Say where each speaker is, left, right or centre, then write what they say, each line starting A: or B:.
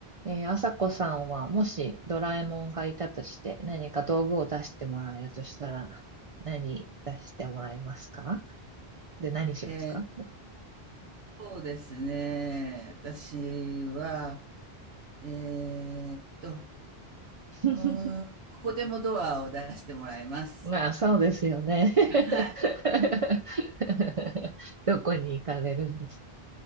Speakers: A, on the right (about 45°); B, on the right (about 80°).
A: えー、あさこさんは、もしドラえもんがいたとして、何か道具を出してもらえるとしたら、何出してもらえますか <laughs> で、何しますか
B: えー、そうですね。私は、えーっと、
A: <laughs>
B: うーん、どこでもドアを出してもらいます。
A: まあ、そうですよね。
B: はい。
A: <laughs> どこに行かれるんです